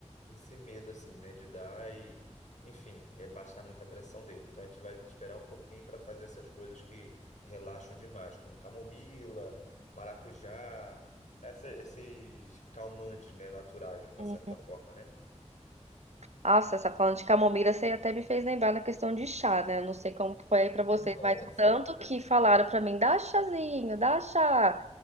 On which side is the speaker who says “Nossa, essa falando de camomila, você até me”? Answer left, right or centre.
Right